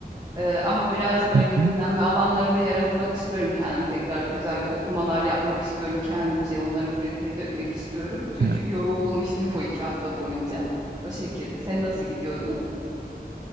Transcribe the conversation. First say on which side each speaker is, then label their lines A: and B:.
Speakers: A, on the right; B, on the right.
A: Eee, ama biraz böyle
B: Hı hı.
A: dinlenme alanları da yaratmak istiyorum kendime. Tekrar güzel bir okumalar yapmak istiyorum kendimce. Onları pratiğe dökmek istiyorum. Çünkü
B: Ha.
A: bir yoruldum işte <laughs> bu iki hafta boyunca. O şekilde. Sen nasıl gidiyordu?